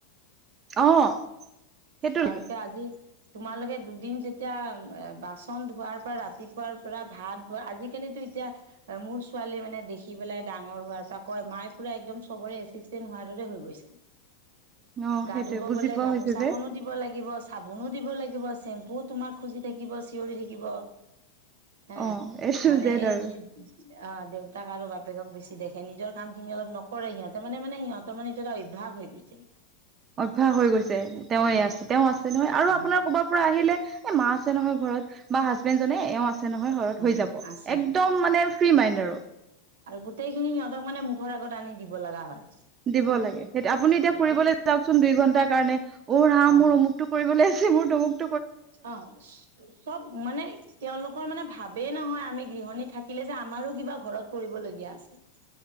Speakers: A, on the right (about 30°); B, on the right (about 75°).
A: অ'। সেইটো
B: কাৰণকে
A: লাগে
B: আজি তোমালোকে দুদিন যেতিয়া এ বাচন ধোৱাৰ পৰা ৰাতিপুৱাৰ পৰা ভাত, আজিকালিটো এতিয়া আৰু মোৰ ছোৱালী মানে দেখি পেলাই ডাঙৰ হোৱাৰ পৰা কয় মায়ে পুৰা একদম চবৰে এচিষ্টেণ্ট হোৱাৰ দৰে হৈ গৈছে।
A: অ
B: গা
A: সেইটোৱে
B: ধুব
A: বুজি
B: গলে
A: পোৱা
B: গামোচা
A: হৈছে যে
B: দিব লাগিব, চাবোনো দিব লাগিব, চেম্পুও তোমাক খুজি থাকিব চিঞৰি থাকিব। এ
A: অ এইটো
B: মানে
A: জেদ
B: এই
A: আৰু
B: যে অ', দেউতাক আৰু বাপেকক বেছি দেখে, নিজৰ কামখিনি অলপ নকৰে সিহঁতে মানে-মানে সিহঁত তাৰমানে এইটো এটা অভ্যাস হৈ গৈছে।
A: অভ্যাস হৈ গৈছে। তেওঁৱে
B: অ
A: আছে তেওঁ আছে নহয় আৰু আপোনাৰ
B: অ
A: কৰবাত পৰা আহিলে এ মা আছে নহয় ঘৰত বা হাজবেণ্ডজনে এওঁ আছে আছে নহয় ঘৰত
B: অ
A: হৈ যাব,
B: আছে
A: একদম মানে ফ্ৰী মাইণ্ড আৰু।
B: আৰু গোটেই খিনি সিহঁতক মানে মুখৰ আগত আনি দিব লগা হয়।
A: দিব লাগে। সেই আপুনি এতিয়া
B: এ
A: ফুৰিবলৈ
B: কি
A: যাওকচোন দুই ঘণ্টাৰ কাৰণে উ ৰাম
B: অ
A: মোৰ অমুক টো কৰিবলৈ আছে মোৰ তমুক
B: অ'। চব মানে তেওঁলোকৰ মানে ভাবেই নহয় আমি গৃহণী থাকিলে যে আমাৰো কিবা ঘৰত কৰিবলগীয়া আছে।